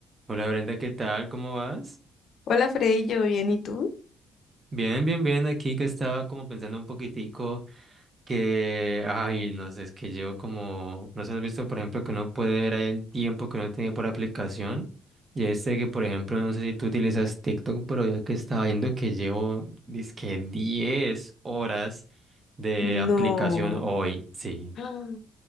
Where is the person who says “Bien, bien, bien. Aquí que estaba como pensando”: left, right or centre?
Right